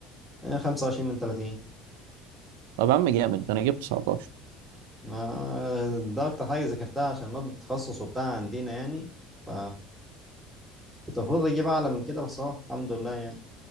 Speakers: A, in the centre; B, on the right.
A: 25 من 30
B: طب يا عم جامد ده انا جبت 19
A: ما ده اكتر حاجه ذاكرتها عشان ماده التخصص وبتاع عندنا يعني ف كنت المفروض اجيب اعلى من كده بس اهو الحمد لله يعني